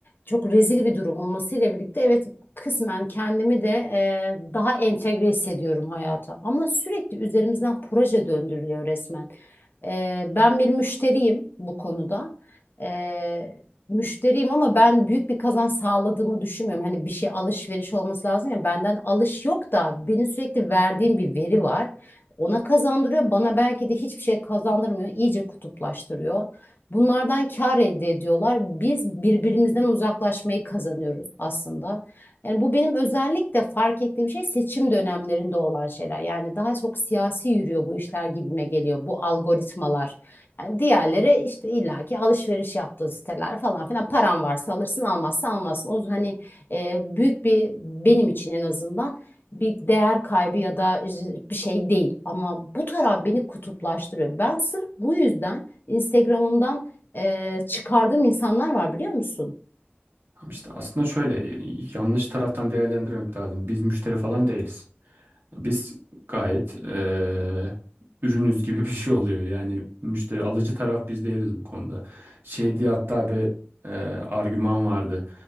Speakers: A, on the left; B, on the right.
A: çok rezil bir durum olmasıyla birlikte evet kısmen kendimi de e, daha entegre hissediyorum hayata ama sürekli üzerimizden proje döndürülüyor resmen. E, ben bir müşteriyim bu konuda. E, müşteriyim ama ben büyük bir kazanç sağladığımı düşünmüyorum. Hani bir şey alışveriş olması lazım ya benden alış yok da benim sürekli verdiğim bir veri var. Ona kazandırıyor, bana belki de hiçbir şey kazandırmıyor, iyice kutuplaştırıyor. Bunlardan kar elde ediyorlar. Biz birbirimizden uzaklaşmayı kazanıyoruz aslında. Yani bu benim özellikle fark ettiğim şey seçim dönemlerinde olan şeyler. Yani daha çok siyasi yürüyor bu işler gibime geliyor bu algoritmalar. Yani diğerleri işte illaki alışveriş yaptığın siteler falan filan paran varsa alırsın almazsa almazsın. O hani e, büyük bir benim için en azından bir değer kaybı ya da bir şey değil. Ama bu taraf beni kutuplaştırıyor. Ben sırf bu yüzden Instagram'ımdan e, çıkardığım insanlar var biliyor musun?
B: Ama işte aslında şöyle yanlış taraftan değerlendirmek lazım. Biz müşteri falan değiliz. Biz gayet eee, ürünüz <laughs> gibi bir şey oluyor. Yani müşteri alıcı taraf biz değiliz bu konuda. Şey diye hatta bir eee, argüman vardı.